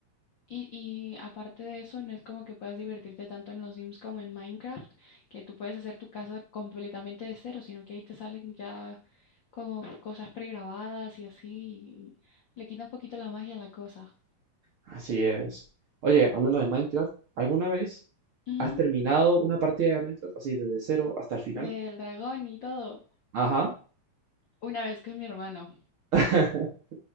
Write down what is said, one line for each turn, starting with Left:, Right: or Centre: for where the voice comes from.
Left: Y, y aparte de eso, no es como que puedas divertirte tanto en los Sims como en Minecraft, que tú puedes hacer tu casa completamente de cero, sino que ahí te salen ya como cosas pregrabadas y así. y le quita un poquito la magia a la cosa.
Right: Así es. Oye, hablando de Minecraft, ¿alguna vez
Left: Ujú.
Right: has terminado una partida de Minecraft así desde cero hasta el final?
Left: Del dragón y todo.
Right: Ajá.
Left: Una vez con mi hermano.
Right: <laughs>